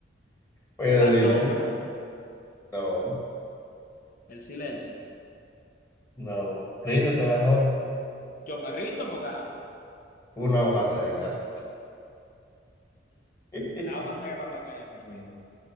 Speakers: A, on the left (about 20°); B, on the left (about 50°).
A: Oye,
B: La
A: lo
B: sombra,
A: dije, no,
B: el silencio.
A: no, ríndete mejor.
B: Yo me rindo porque, ajá,
A: Una hoja seca. <laughs>
B: la hoja seca cuando cae hace ruido.